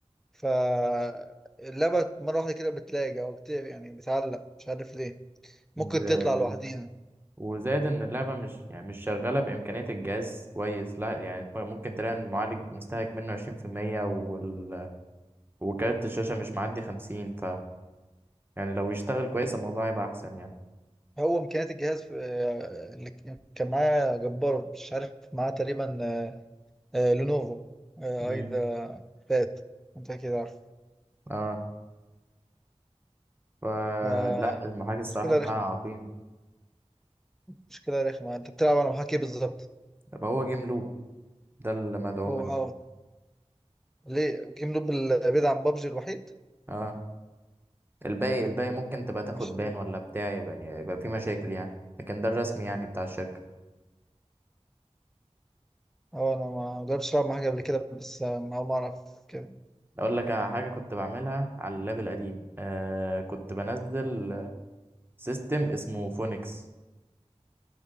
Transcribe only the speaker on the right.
ب...
وزاد ان اللعبة مش يعني مش شغالة بإمكانية الجهاز كويس لا يعني ممكن تلاقي المعالج مستهلك منه 20% وال... وكارت الشاشة مش معدي 50 يعني لو يشتغل كويس الموضوع هيبقى احسن يعني
امم
اه فلا
المحاكي الصراحه
بتاعها
عقيم
طب هو جيم لوب ده المدعوم
الوحيد
اه الباقي الباقي ممكن تبقى تاخد
بان ولا بتاع يبقى يبقى في مشاكل يعني لكن ده الرسمي يعني بتاع الشركه
اقول لك على حاجه كنت بعملها على اللاب القديم آه كنت بنزل سيستم اسمه فونكس